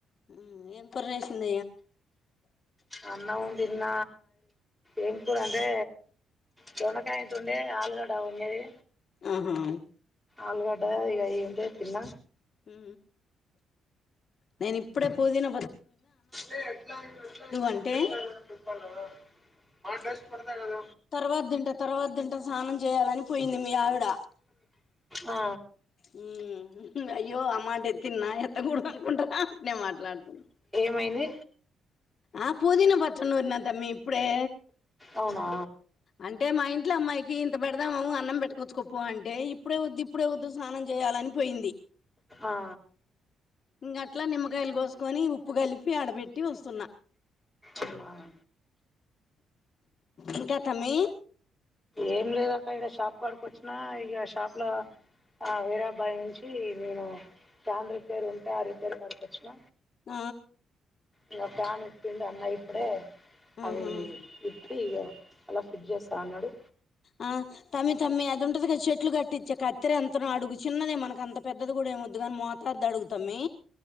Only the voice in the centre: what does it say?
అన్నం తిన ఏం కుర అంటె చెమ్మా కయ ఇంత ఉండే ఆలుగడ్డ ఉన్నది
ఆలుగడ్డ ఇగ ఇవి ఉంటే తిన్న
ఇ ఎట్లా ఎట్లా అని
చెప్ప నువ్వు హాల్డెస్ పడదా కద
ఆ
ఏంది
అవునా
ఆ
అమ్మ
ఏం లేదక్క ఇగా షాప్ కాడికి ఓచ్చిన ఇక షాప్ లో ఆ వీరాబాయి నుంచి నేను తన్ రిపేర్ ఉంటే ఆ రిపేర్ కడికొచ్చిన
ఇంకా ఫ్యాన్ ఇచ్చింది. అన్న ఇప్పుడే అది
ఇ ప్పి ఈగ ఆలా ఫ్రిడ్జ జేస్త అన్నడు